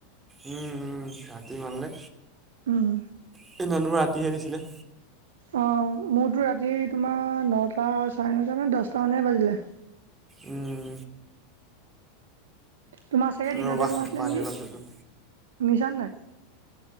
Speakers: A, on the right; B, on the right.
A: উম, উম, ৰাতি মানলে।
B: উম।
A: সেই দিনাখনো ৰাতিহে দিছিলে।
B: অ', মোৰতো ৰাতি তোমাৰ নটা চাৰে নটা নানে দহট মানে বাজিলে।
A: উম।
B: তোমাৰ চাগে দিনতে
A: ৰ'বা
B: সোমাইছিলা
A: পানী
B: নেকি?
A: অলপ লৈ লওঁ
B: শুনিচানে নাই